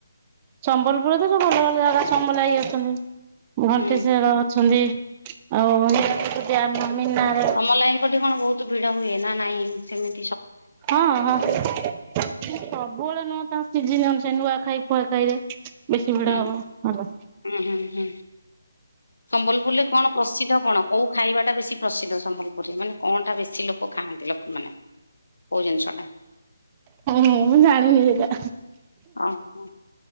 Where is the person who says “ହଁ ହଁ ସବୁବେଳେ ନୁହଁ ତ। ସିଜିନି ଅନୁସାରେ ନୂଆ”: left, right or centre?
Right